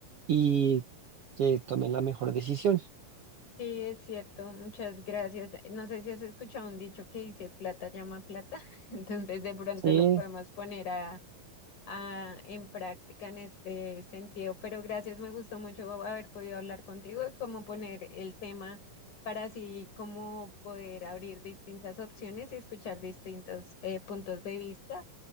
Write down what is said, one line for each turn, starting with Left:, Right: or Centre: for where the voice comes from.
Right: y que tomen la mejor decisión.
Left: Sí, es cierto, muchas gracias. No sé si has escuchado un dicho que dice plata llama plata, <laughs> entonces de pronto
Right: Sí,
Left: lo podemos poner a... ah, en práctica en este sentido. Pero gracias, me gustó mucho haber podido hablar contigo y cómo poner el tema para así como poder abrir distintas opciones y escuchar distintos eh, puntos de vista